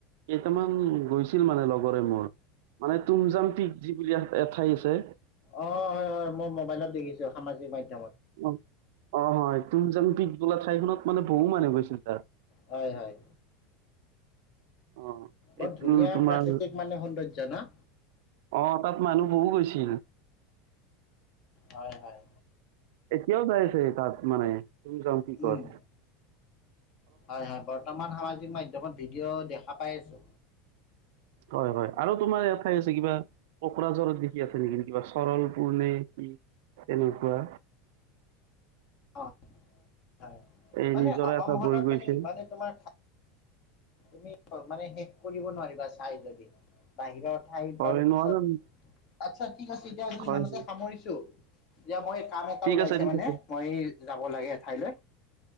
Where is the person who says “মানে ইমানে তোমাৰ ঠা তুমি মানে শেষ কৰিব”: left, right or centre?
Left